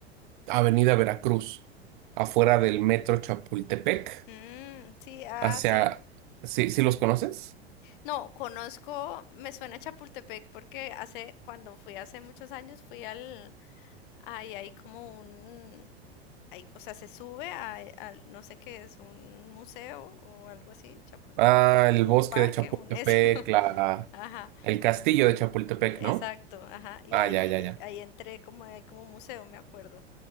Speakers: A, on the right; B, on the left.
A: Avenida Veracruz, afuera del metro Chapultepec,
B: Mm, sí, ah,
A: hacia...
B: sí.
A: ¿Sí, sí los conoces?
B: No, conozco, me suena Chapultepec porque hace, cuando fui hace muchos años, fui al, ahí hay como un, hay- o sea, se sube a- al, no sé qué es, un museo o algo así, Chapultepec,
A: Ah, el
B: un
A: bosque
B: parque,
A: de Chapultepec,
B: un, eso, <laughs>
A: la...
B: ajá,
A: el castillo de Chapultepec,
B: exacto,
A: ¿no?
B: ajá, y
A: Ah,
B: ahí,
A: ya, ya, ya.
B: ahí entré como, hay como un museo, me acuerdo.